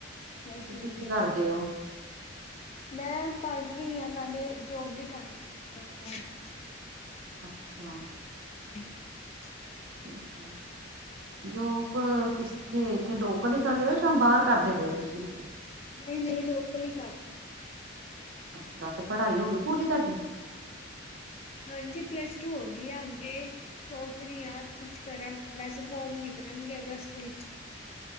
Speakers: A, on the left; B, on the right.
A: ਬਸ
B: ਤੁਸੀਂ
A: ਵਧੀਆ
B: ਕੀ ਕਰਦੇ ਹੋ
A: ਮੈਂ ਪੜ ਰਹੀ ਆ ਨਾਲੇ ਜੋਬ ਵੀ ਕਰ ਰਈ ਆ ਨਾਲ-ਨਾਲ <inaudible>
B: ਅੱਛਾ।
A: <inaudible>
B: ਠੀਕ ਆ ਜੋਬ ਕਿੱਸਥੇ ਇੱਥੇ ਲੋਕਲ ਹੀ ਕਰ ਰਹੇ ਹੋ। ਬਾਹਰ ਕਰਦੇ ਪਏ ਤੁਸੀਂ ਕਿਤੇ?
A: ਨਹੀਂ-ਨਹੀਂ ਲੋਕਲ ਹੀ ਕਰ ਰਹੀ ਹਾਂ।
B: ਅੱਛਾ ਤੇ ਪੜ੍ਹਾਈ ਹੋ ਗਈ ਪੂਰੀ ਤੁਹਾਡੀ?
A: ਹਾਂਜੀ। ਪਲੱਸ ਟੂ ਹੋ ਗਈ ਆ। ਅੱਗੇ ਸੋਚ ਰਹੀ ਆ ਕੁਛ ਕਰਾਂ, ਵੈਸੇ ਫੋਰਮ ਨਿਕਲਣਗੇ ਅਗਸਤ ਵਿੱਚ